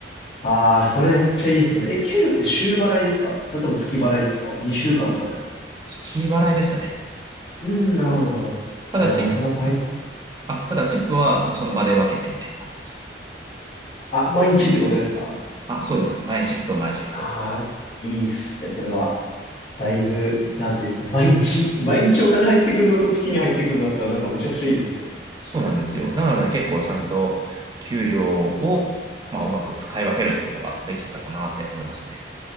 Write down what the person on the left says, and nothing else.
ああ、それめっちゃいいですね。え、給料って週払いですかそれとも月払いですか ?2 週間とかですか
うーん、なるほどなるほど。
あ、じゃあまとまって入って、
あ、毎日ってことですか
ああー、いいっすね、それは。だいぶ、なんていうんですか、毎日、毎日お金入ってくるのと月に入ってくるんだったらなんかめちゃくちゃいいですね。